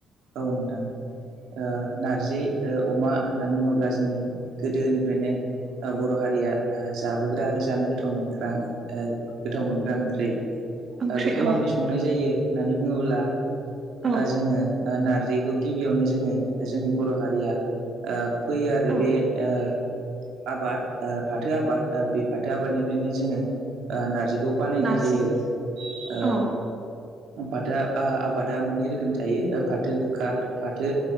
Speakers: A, on the right; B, on the right.
A: औ नोंथां ओ नारजि ओ अमा होननानै बुङोब्ला जोंनि गोदोनिफ्रायनो ओ बर' हारिया ओ जाबोग्रा आरो जानो गोथाव मोनग्रा ओ गोथाव मोनग्रा ओंख्रि
B: ओंख्रि
A: ओ बेखौ माबोरै
B: औ
A: संनाय जायो होननानै बुङोब्ला
B: औ
A: ओ जोङो ओ नारजिखौ गिबियावनो जोङो ओ जोंनि बर' हारिया ओ फैयो आरो
B: औ
A: बे ओ आबाद ओ फाथो आबाद बे फाथो आबादनिफ्रायनो जोङो ओ नार्जिखौ बानायनाय
B: नारजि
A: जायो आरो ओ
B: औ
A: आबादा आ आबादा मोननै रोखोमनि थायो ओ फाथो गोखा आरो फाथो